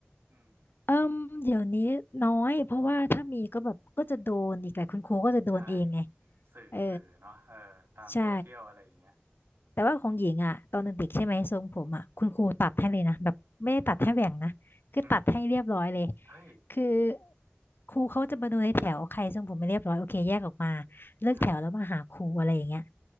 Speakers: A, on the right (about 85°); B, on the left (about 60°).
A: อืม
B: เอิ่มเดี๋ยวนี้น้อยเพราะว่าถ้ามีก็แบบก็จะโดนอีกแหละคุณครูก็จะโดนเองไง
A: ใช่สื่อสื่อเนาะเออตามโซเชียลอะไรอย่างเงี้ย
B: เออใช่แต่ว่าของหญิงอ่ะตอนเด็กๆใช่ไหมทรงผมอ่ะคุณครูตัดให้เลยนะแบบไม่ได้ตัดให้แหว่งนะคือตัดให้เรียบร้อยเลย
A: อืมเฮ้ย
B: คือครูเขาจะมาดูในแถวใครทรงผมไม่เรียบร้อยโอเคแยกออกมาเลิกแถวแล้วมาหาครูอะไรอย่างเงี้ย
A: ครับ